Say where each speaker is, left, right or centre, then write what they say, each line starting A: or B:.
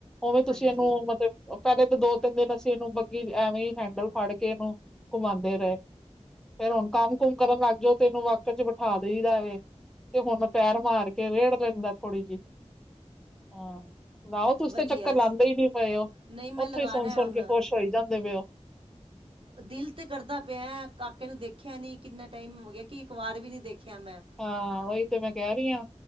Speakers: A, in the centre; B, on the right.
A: ਉਵੇਂ
B: ਹਾਂਜੀ
A: ਤੁਸੀਂ ਇਹਨੂੰ ਮਤਲਬ ਪਹਿਲੇ ਤਾਂ ਦੋ ਤਿੰਨ ਦਿਨ ਅਸੀਂ ਇਹਨੂੰ ਬੱਗੀ ਐਵੇਂ ਈ ਹੈਂਡਲ ਫੜ ਕੇ ਇਹਨੂੰ ਘੁਮਾਦੇ ਰੇ। ਫੇਰ ਹੁਣ ਕੰਮ ਕੁਮ ਕਰਨ ਲੱਗ ਜਾਓ ਤੈ ਐਨੂੰ ਵਾਕਰ ਚ ਬਿਠਾ ਦੇਈ ਦਾ ਵੇ। ਤੇ ਹੁਣ ਪੈਰ ਮਾਰ ਕੇ ਰੇੜ ਲੈਂਦਾ ਥੋੜ੍ਹੀ ਜਿਹੀ। ਹਾਂ ਲਾਓ ਤੁਸੀ
B: ਵਧੀਆ
A: ਤੇ ਚੱਕਰ
B: ਏ,
A: ਲਾਂਦੇ ਈ ਨੀ ਪਏ ਓ,
B: ਨਹੀਂ ਮੈਂ
A: ਉੱਥੋਂ
B: ਲਗਾਣਾ
A: ਈ ਸੁਣ ਸੁਣ
B: ਹੁਣ
A: ਕੇ ਖੁਸ਼ ਹੋਈ ਜਾਂਦੇ ਪਏ ਓ,
B: ਦਿਲ ਤੇ ਕਰਦਾ ਪਿਆ ਕਾਕੇ ਨੂੰ ਦੇਖਿਆ ਨੀ ਕਿੰਨਾ ਟਾਈਮ ਹੋ ਗਿਆ ਕਿ ਇੱਕ ਵਾਰ ਵੀ ਨੀ ਦੇਖਿਆ ਮੈਂ।
A: ਹਾਂ ਉਈ ਤੇ ਮੈਂ ਕਹਿ ਰੀ ਆ।